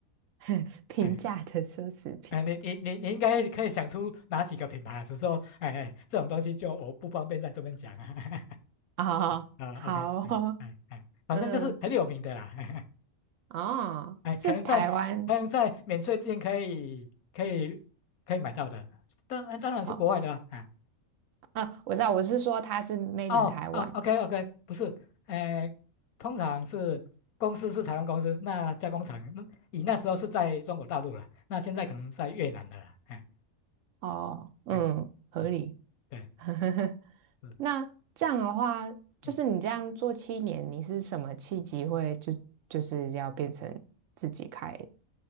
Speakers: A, on the right (about 70°); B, on the left (about 85°).
A: <laughs> 平价的奢侈品
B: 哎哎，你你你你应该可以想出哪几个品牌啊？只是说，哎哎，这种东西就我不方便在这边讲啊。<laughs>
A: 啊，
B: 啊，OK，
A: 好哦
B: 哎哎哎，反正就是很有名的啦。
A: 嗯，
B: <laughs>
A: 哦，
B: 哎，可能在可能在免税店可以可以可以买到的，
A: 是台湾
B: 当然当然是国外的啊。
A: 哦，
B: 哎
A: 啊，我知道，我是说它是 made
B: 哦哦，OK
A: in 台湾
B: OK，不是，哎，通常是公司是台湾公司，那加工厂那以那时候是在中国大陆了，那现在可能在越南的了啦哎
A: 哦，嗯，
B: 哎
A: 合理。
B: 嗯，对，
A: <laughs>
B: 是
A: 那这样的话，就是你这样做七年，
B: 嗯。
A: 你是什么契机会就就是要变成自己开